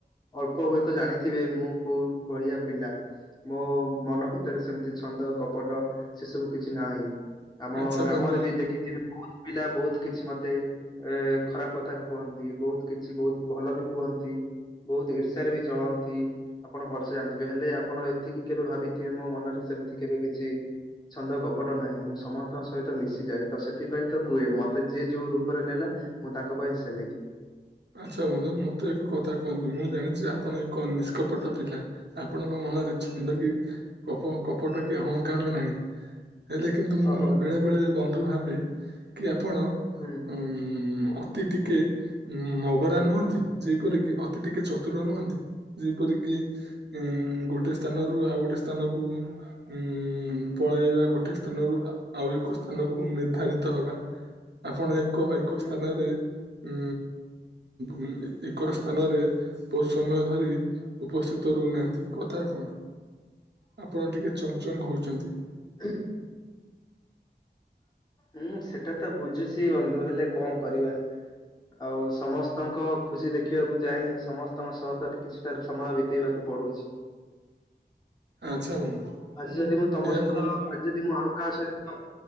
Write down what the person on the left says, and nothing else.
ଅଳ୍ପ ହୁଏତ ଜାଣିଥିବେ ମୁଁ କୋଉ ଭଳିିଆ ପିଲା ମୋ ମନ ଭିତରେ ସେମିତି ଛନ୍ଦ କପଟ ସେ ସବୁ କିଛି ନାହିଁ ଆମ
ଗ୍ରାମରେ
ବି ଦେଖିଥିବି ବହୁତ ପିଲା ବହୁତ କିଛି ମତେ ଏ ଖରାପ କଥା କୁହନ୍ତି ବହୁତ କିଛି ବହୁତ ଭଲ ବି କୁହନ୍ତି। ବହୁତ ଈର୍ଷା ରେ ବି ଜଳନ୍ତି ଆପଣ ଭଲ ସେ ଜାଣିଥିବେ ହେଲେ ଆପଣ ଏତିକି କେବେ ଭାବିଥିବେ ମୋ ମନରେ ସେମିତି କେବେ କିଛି ଛନ୍ଦ କପଟ ନାହିଁ ମୁଁ ସମସ୍ତଙ୍କ ସହିତ ମିଶିଯାଏ ତ ସେଥିପାଇଁ ତ କୁହେ ମତେ ଯିଏ ଯୋଉ ରୂପରେ ନେଲା ମୁଁ ତାଙ୍କ ପାଇଁ ସେମିତି।
ହୁଁ
ହୁଁ
ହଁ ବନ୍ଧୁ
ହୁଁ।
ହୁଁ
ହ ହୁଁ ସେଟା ତ ବୁଝୁଛି ବନ୍ଧୁ ହେଲେ କଣ କରିବା। ଆଉ ସମସ୍ତଙ୍କ ଖୁସି ଦେଖିବାକୁ ଯାଇ ସମସ୍ତଙ୍କ ସହ ତ କିଛିଟା ସମୟ ବିତେଇବାକୁ ପଡୁଛି।
ଆଜି
ଯଦି ତମ
ସହିତ
ଯଦି ମୁଁ ଆଉ କାହା ସହି